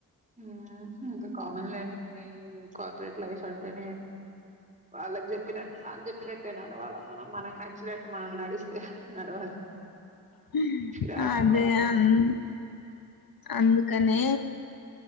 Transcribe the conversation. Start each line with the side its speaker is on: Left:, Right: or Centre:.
Right: ఉమ్ ఇంకా కామన్ లెండి ఈ కార్పొరేట్ లైఫ్ అంటేనే వాళ్ళకి చెప్పినట్ వాళ్ళు చెప్పినట్టే నడువాల మనం మనకు నచ్చినట్టు మనం నడిస్తే నడవదు
Left: హూ
Right: చిరాకు
Left: అదే
Right: కరువు
Left: అందు అందుకు క్కనే